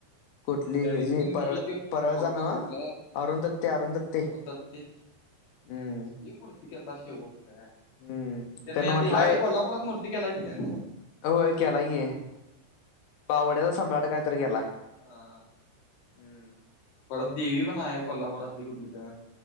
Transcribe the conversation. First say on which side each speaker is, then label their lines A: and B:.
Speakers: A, on the left; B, on the left.
A: कुठली
B: बॅलनसिंग
A: हे जी परळ
B: विषयी त्यो
A: परळचा
B: पुरण
A: नव
B: झोपला
A: अरुण दत्ते अरुण दत्ते
B: अरुण दत्ते कसली
A: हम्म
B: मूर्ती केलता शेवटला यार.
A: हम्म
B: त्याने
A: त्यानं
B: आता
A: म्हटलाय
B: ह्यावेेळी कोल्हापुरात मूर्ती केला की त्यान
A: होय केलाय बावड्याचा सम्राट कायतरी केेलाय.
B: हा ह.
A: हम्म.
B: परत देवी पण आहे कोल्हापुरातली कुठली तर.